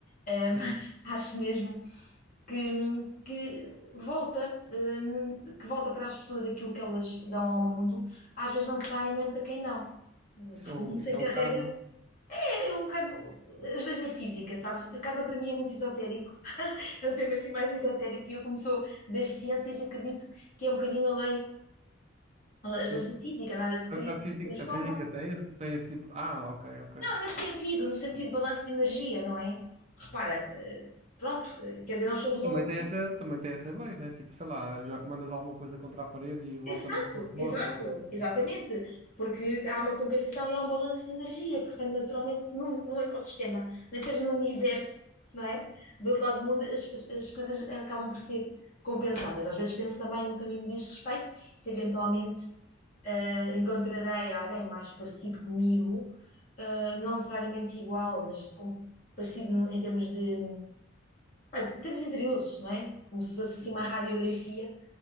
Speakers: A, on the left; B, on the right.
A: Uh, <laughs>
B: sim.
A: mas acho mesmo que, que volta, uh, que volta para as pessoas aquilo que elas dão ao mundo, às vezes não necessariamente a quem dão, Uh,
B: Isso
A: porque
B: é o,
A: o mundo
B: isso
A: se encarrega.
B: é o karma.
A: É um bocado as leis da física, sabes? O karma para mim é muito esotérico, <laughs> é um termo assim mais esotérico e eu como sou das ciências acredito que é um bocadinho a lei, as
B: Mas
A: leis da física, nada se cria,
B: a, a física,
A: se transforma.
B: a física tem, tem esse tipo. Ah, ok, ok.
A: Não, nesse sentido, no sentido de balanço de energia, não é? Repara, eh, pronto, eh, quer dizer, nós somos
B: E também
A: um,
B: tem essa, também tem essas leis, né? Tipo, sei lá, já mandas alguma coisa contra a parede e volta
A: Exato,
B: na mesma força.
A: exato,
B: ou coisa do
A: exatamente.
B: género.
A: Porque há uma compensação e há um balanço de energia, portanto, naturalmente, no, no ecossistema, nem que seja no universo, não é? Do outro lado do mundo, as, as- as coisas acabam por ser compensadas. Às vezes penso também no que a mim me diz respeito, se eventualmente eh, encontrarei alguém mais parecido comigo, eh, não necessariamente igual, mas com- parecido no- em termos de Bem, em termos interiores, não é? Como se fosse
B: Sim,
A: assim uma radiografia